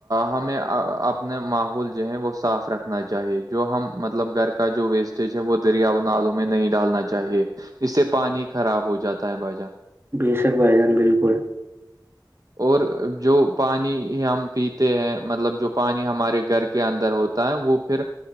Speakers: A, on the right (about 50°); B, on the right (about 30°).
A: ہمیں اپنا ماحول جو ہے وہ صاف رکھ رنا چاہیے جو ہم مطلب گھر کا جو ویسٹیج ہے وہ دریا و نالوں میں نہیں ڈالنا چاہیے اس سے پانی خراب ہو جاتا ہے باجان
B: بیشک بھائی جان بالکل
A: اور جو پانی ہم پیتے ہیں مطلب جو پانی ہمارے گھر کے اندر ہوتا ہے وہ پھر